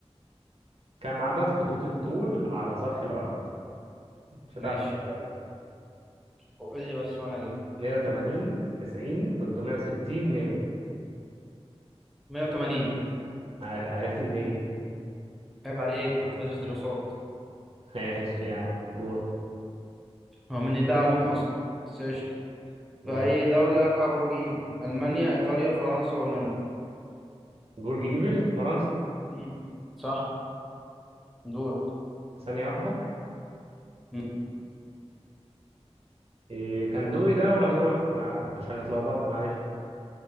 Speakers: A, on the right; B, in the centre.
A: كم عدد خطوط الطول على سطح الارض مش
B: ماشي
A: هتعرف تجاوبها دي
B: قول لي بس وأنا أجيب
A: 180 90 360 100
B: 180
A: عاد- عرفت منين
B: عيب عليك كنت بدرس دراسات
A: <laughs> ايه ماشي يا عم دور
B: هو من ده علوم أصلا بس قشطة.
A: ماشي.
B: في أي دولة يقع برج إيفل ألمانيا إيطاليا فرنسا هولندا
A: برج ايفل فرنسا
B: مم. صح دورك
A: ثانية واحدة
B: مم.
A: إيه كان دوري ده ولا دورك ما... عشان اتلخبطت معلش